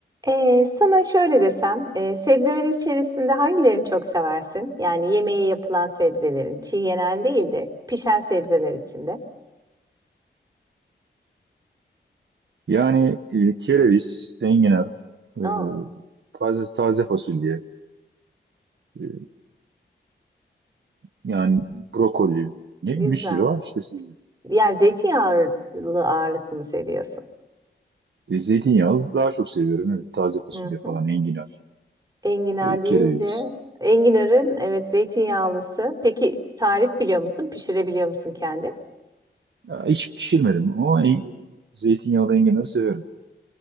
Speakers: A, on the right; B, on the right.
A: Ee, sana şöyle desem, e, sebzeler içerisinde hangilerini çok seversin? Yani yemeği yapılan sebzelerin, çiğ yenen değil de pişen sebzeler içinde.
B: Yani e, kereviz, enginar, e,
A: Aa,
B: taze taze fasulye, e, yani brokoli, ne bileyim
A: güzel.
B: bir sürü var işte sebze.
A: Yani zeytinyağlı ağırlıklı mı seviyorsun?
B: E, zeytinyağlı daha çok seviyorum. Evet, taze fasulye
A: Hı
B: falan,
A: hı.
B: enginar,
A: Enginar
B: e, kereviz.
A: deyince, enginarın evet zeytinyağlısı. Peki tarif biliyor musun? Pişirebiliyor musun kendin?
B: Ya, hiç pişirmedim ama en, zeytinyağlı enginarı severim.